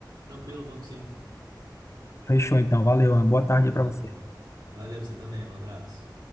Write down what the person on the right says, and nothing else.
Tranquilo, vamos sim.
Tá
bom,
então. Valeu, pra você também, um abraço.